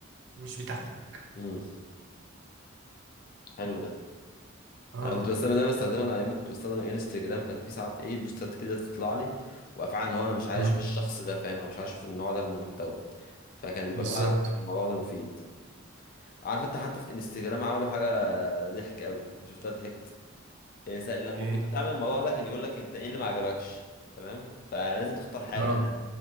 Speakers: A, on the right (about 60°); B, on the left (about 45°).
A: مش بتاعتك
B: امم حلو ده
A: اه
B: انا كنت بستخدم دايما بستخدمه انا ايام ما كنت بستخدم انستجرام كان في ساعات ايه بوستات كده تطلع لي وفعلا هو انا مش عايز
A: امم
B: اشوف الشخص ده فاهم او مش عايز اشوف النوع ده من المحتوى فكان بيبقى
A: بالظبط
B: فعلا الموضوع ده مفيد عارف انت حتى في انستجرام عملوا حاجه ضحك قوي شفتها ضحكت إيه سا- لما
A: ايه
B: كنت بتعمل الموضوع ده كان يقول لك انت ايه اللي ما عجبكش تمام فلازم تختار حاجه
A: اه